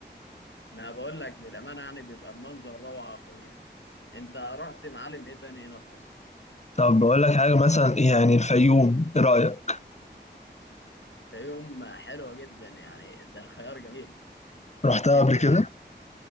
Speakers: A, on the left; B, on the left.
A: ما بقول لك للأمانة يعني بيبقى المنظر روعة خطير انت رحت معالم ايه تاني هنا في مصر
B: طب بقول لك حاجة مثلا يعني الفيوم ايه رأيك
A: الفيوم حلوة جدا يعني ده خيار جميل
B: رحتها
A: انت
B: قبل كده